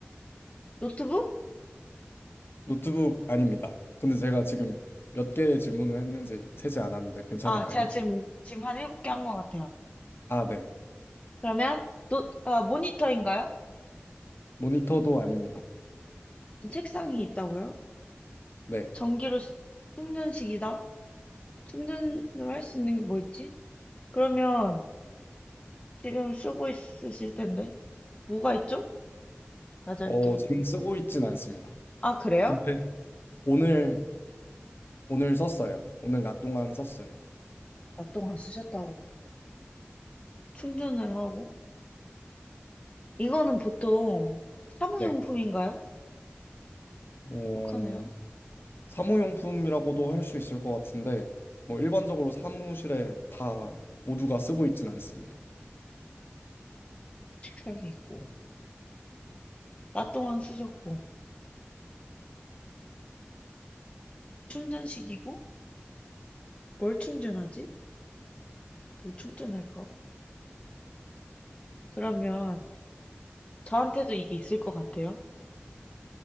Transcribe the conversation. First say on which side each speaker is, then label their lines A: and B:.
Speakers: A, on the left; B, on the left.
A: 노트북?
B: 노트북 아닙니다. 근데 제가 지금 몇 개의 질문을 했는지 세지 않았는데 괜찮을까요?
A: 아, 제가 지금 지금 한 일곱 개 한 것 같아요.
B: 아, 네.
A: 그러면 노, 아, 모니터인가요?
B: 모니터도 아닙니다.
A: 지금 책상이 있다고요?
B: 네.
A: 전기로 쓰- 충전식이다. 충전으로 할 수 있는 게 뭐 있지? 그러면 지금 쓰고 있으실 텐데 뭐가 있죠? 여덟
B: 어,
A: 개
B: 지금 쓰고 있진 않습니다.
A: 아, 그래요?
B: 근데 오늘, 오늘 썼어요. 오늘 낮 동안 썼어요.
A: 나 동안 쓰셨다고. 충전을 하고 이거는 보통 사무용품인가요?
B: 네. 어,
A: 속하나요?
B: 사무용품이라고도 할 수 있을 것 같은데, 뭐 일반적으로 사무실에 다 모두가 쓰고 있진 않습니다.
A: 책상에 있고. 낮 동안 쓰셨고 충전식이고 뭘 충전하지? 뭘 충전할까? 그러면 저한테도 이게 있을 것 같아요.